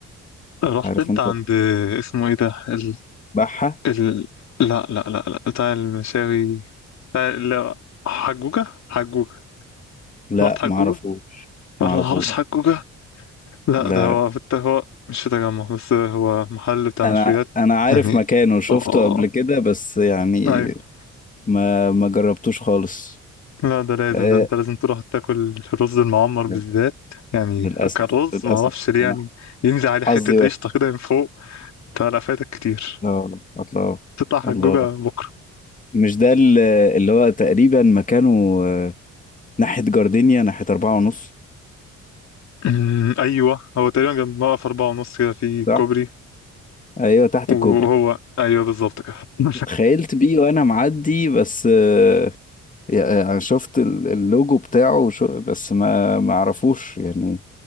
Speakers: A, on the left (about 65°); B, on the left (about 25°).
A: رحت
B: عارف
A: أنت
B: انت
A: عند اسمه إيه ده ال...
B: تذبحها
A: ال... لا لا لا لا بتاع المشاوي بتاع لا حجوجة حجوجة
B: لا
A: رحت
B: معرفوش
A: حجوجة ما
B: معرفوش
A: اعرفش حجوجة لا
B: لا
A: ده هو في الت... هو مش في تجمع بس هو محل بتاع
B: انا
A: مشويات
B: انا عارف
A: يعني
B: مكانه شفته
A: اه
B: قبل كده بس يعني
A: ايوه
B: ما ما جربتوش خالص
A: لا ده لازم
B: آه
A: ده انت لازم تروح تاكل الرز المعمر
B: لا،
A: بالذات يعني
B: للاسف
A: كرز
B: للاسف
A: ما اعرفش ليه يعني
B: انا
A: ينزل عليه حتة
B: حظي وحش
A: قشطة كده من فوق انت لا فايتك كتير
B: لا الله
A: تطلع حجوجة
B: الله الله،
A: بكرة
B: مش ده ال- اللي هو تقريبا مكانه آه، ناحية جاردينيا ناحية أربعة ونص
A: أمم، ايوه هو تقريبا جنب موقف أربعة ونص كده في
B: صح؟
A: كوبري
B: أيوة تحت
A: وهو
B: الكوبري
A: ايوه بالظبط كده <laughs>
B: اتخيلت بيه وأنا معدي بس آه، يعني أنا شفت ال- اللوجو بتاعه وشو بس ما ما أعرفوش يعني